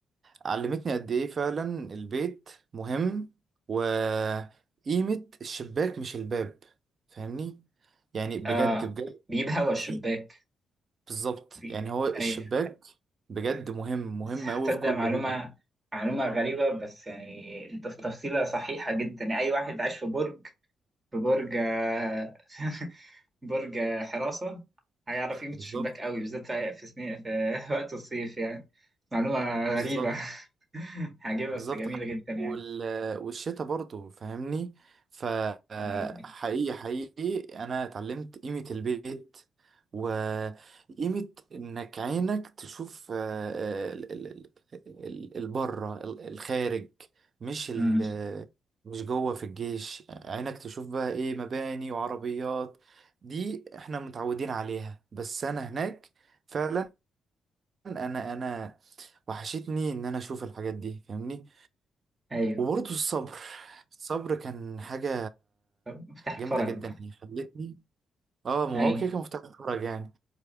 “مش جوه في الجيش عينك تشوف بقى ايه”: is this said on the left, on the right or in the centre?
Right